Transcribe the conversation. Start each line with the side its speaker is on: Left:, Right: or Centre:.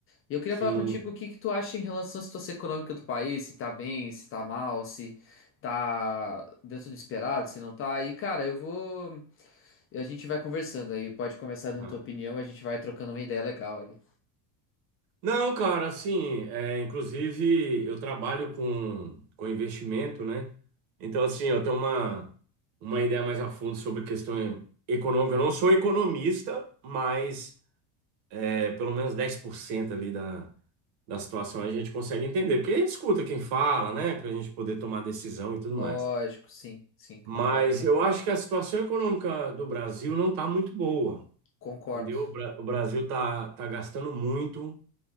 Left: E eu queria
Right: Sim.
Left: falar contigo o que que tu acha em relação à situação econômica do país, se tá bem, se tá mal, se tá dentro do esperado, se não tá. E, cara, eu vou. A gente vai conversando aí. Pode começar
Right: Aham.
Left: dando tua opinião, a gente vai trocando uma ideia legal aí.
Right: Não, cara, assim, é, inclusive eu trabalho com, com investimento, né? Então, assim, eu tenho uma, uma ideia mais a fundo sobre questão econômica. Eu não sou economista, mas é, pelo menos 10% ali da, da situação a gente consegue entender. Porque a gente escuta quem fala, né? Pra gente poder tomar decisão e tudo
Left: Lógico,
Right: mais.
Left: sim, sim, concordo.
Right: Mas eu acho que a situação econômica do Brasil não está muito boa.
Left: Concordo.
Right: Entendeu? O Bra- o Brasil está tá tá gastando muito,